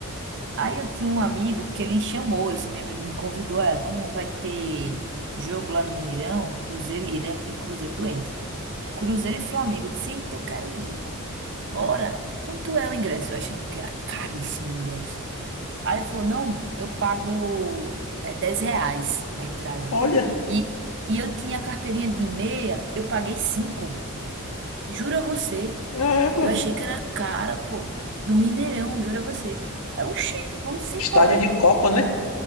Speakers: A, on the right; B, on the left.
A: Aí eu tinha um amigo que ele chamou, esse meu amigo me convidou, é, vamos, vai ter jogo lá no Mineirão, Cruzeiro, e ele é Cruzeiro doente. Cruzeiro e Flamengo. Eu disse, eita, eu quero ir. Bora. Quanto é o ingresso? Eu achando que era caríssimo o ingresso. Aí ele falou, não, eu pago é, 10 reais a entrada.
B: Olha,
A: E, e eu tinha carteirinha de meia, eu paguei 5. Jura você.
B: é égua.
A: Eu achei que era cara, pô. No Mineirão, jura você. Aí, oxi, vamos embora.
B: Estádio de Copa, né?